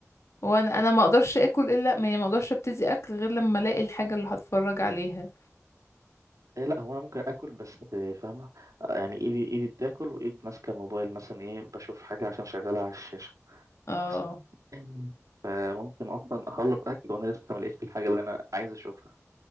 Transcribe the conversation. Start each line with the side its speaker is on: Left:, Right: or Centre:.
Left: وأنا أنا ما أقدرش أكل إلا ما ما أقدرش أبتدي أكل غير لما ألاقي الحاجة اللي هتفرج عليها
Right: إيه لا هو انا ممكن اكل بس آه، فاهمه آه، يعني ايدي ايدي بتاكل وايد ماسكه الموبايل مثلا ايه بشوف حاجه عشان شغاله على الشاشه
Left: اه
Right: <laughs> مم. فممكن اصلا اخلص اكل وانا لسه ما لقيتش الحاجه اللي انا عايز اشوفها